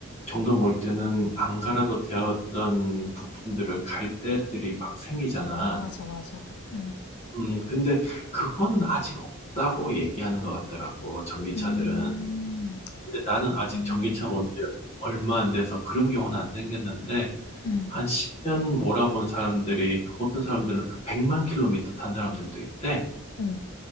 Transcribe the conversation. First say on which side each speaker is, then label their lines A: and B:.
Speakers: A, on the left (about 30°); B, on the left (about 80°).
A: 정도 몰 때는 안 갈아도 되었던 부품들을 갈 때들이 막 생기잖아.
B: 맞아, 맞아. 응.
A: 음, 근데 그거는 아직 없다고 얘기하는 것 같더라고, 전기차들은.
B: 음,
A: 근데 나는 아직
B: 음,
A: 전기차 뭔지 얼마 안 돼서 그런 경우는 안 생겼는데,
B: 응,
A: 한 10년 몰아본 사람들이 어떤 사람들은 100만 킬로미터 탄 사람들도 있대.
B: 응.